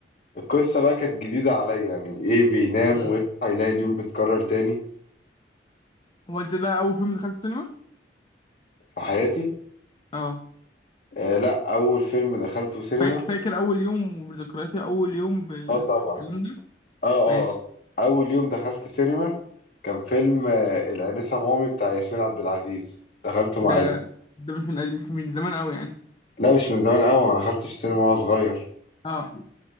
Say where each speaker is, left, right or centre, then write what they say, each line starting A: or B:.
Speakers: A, on the left; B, on the left.
A: القصه بقى كانت جديده عليا يعني ايه بينام
B: مم.
A: ويصحى يلاقي اليوم بيتكرر تاني
B: هو انت ده اول فيلم دخلت سينما
A: في حياتي
B: اه
A: آه لا اول فيلم دخلته سينما
B: فاكر فاكر اول يوم وذكرياتي اول يوم بال-
A: اه طبعا
B: بالكلام ده
A: اه اه
B: ماشي
A: آه. اول يوم دخلت سينما كان فيلم آه، الانسه مامي بتاع ياسمين عبد العزيز دخلته مع
B: ده
A: عيلتي
B: ده مش من مش من زمان قوي يعني
A: لا مش من زمان قوي ما دخلتش سينما وانا صغير
B: اه <clears throat>